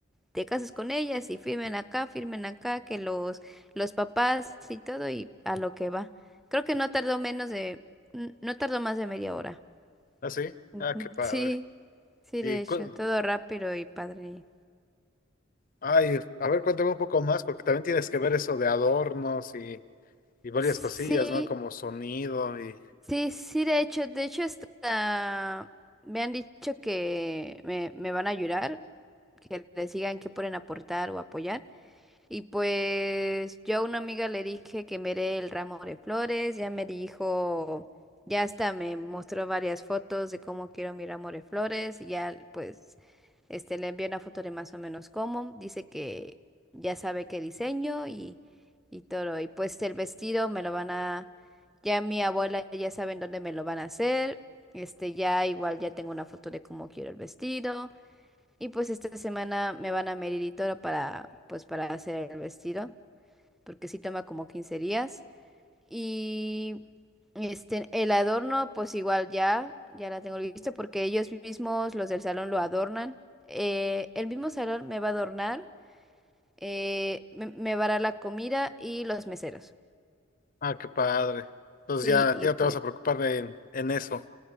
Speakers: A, in the centre; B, on the left.
A: te casas con ella, si firmen acá, firmen acá, que los, los papás y todo y a lo que va. Creo que no tardó menos de, n- no tardó más de media hora.
B: ¿Ah, sí?
A: Ujú.
B: Ah, qué padre.
A: Sí, sí,
B: Y,
A: de
B: cu-
A: hecho, todo rápido y padre.
B: ay, a ver, cuéntame un poco más, porque también tienes que ver eso de adornos y, y varias
A: Sí,
B: cosillas, ¿no? Como sonido y,
A: Sí, sí, de hecho, de hecho hasta me han dicho que me, me van a ayudar, que les digan qué pueden aportar o apoyar. Y pues yo a una amiga le dije que me dé el ramo de flores, ya me dijo, ya hasta me mostró varias fotos de cómo quiero mi ramo de flores, y ya pues este le envié una foto de más o menos cómo, dice que ya sabe qué diseño y, y todo, y pues el vestido me lo van a, ya mi abuela ya saben dónde me lo van a hacer, este ya igual ya tengo una foto de cómo quiero el vestido. Y pues esta semana me van a medir y todo para, pues para hacer el vestido, porque sí toma como 15 días. Y este, el adorno, pues igual ya, ya la tengo lista porque ellos mismos, los del salón, lo adornan. Eh, el mismo salón me va a adornar, eh, me, me va a dar la comida y los meseros.
B: ah, qué padre. Entonces
A: Sí,
B: ya,
A: y
B: ya
A: pues,
B: te vas a preocupar en, en eso.